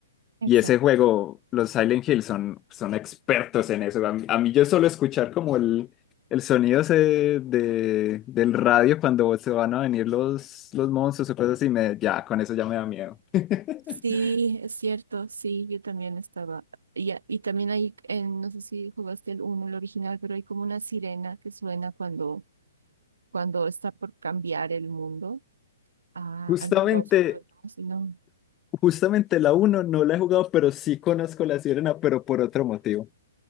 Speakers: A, on the right; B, on the left.
A: Exacto.
B: Y ese juego, los Silent Hill son, son expertos en eso. A mí, a mí yo solo escuchar como el, el sonido ese de, del radio cuando se van a venir los, los monstruos o cosas así, me, ya, con eso ya me da miedo. <laughs>
A: sí, es cierto, sí, yo también estaba, y, a- y también hay, en, no sé si jugaste el uno, el original, pero hay como una sirena que suena cuando, cuando está por cambiar el mundo a,
B: Justamente,
A: al mundo oscuro, ¿no? Si no,
B: justamente la uno no la he jugado, pero sí conozco la sirena, pero por otro motivo.